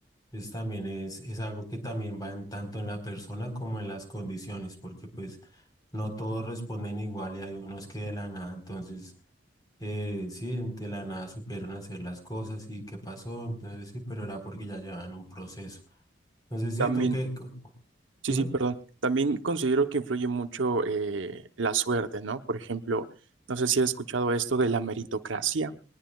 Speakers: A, on the left; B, on the right.
A: Entonces, también es, es algo que también va en, tanto en la persona como en las condiciones, porque pues no todos responden igual y hay unos que de la nada. Entonces... Eh, sí, de la nada supieron hacer las cosas y qué pasó, entonces sí, pero era porque ya llevaban un proceso. Entonces sí,
B: también.
A: tú qué, co- co-
B: Sí,
A: dime.
B: sí, perdón. También considero que influye mucho eh, la suerte, ¿no? Por ejemplo, no sé si has escuchado esto de la meritocracia.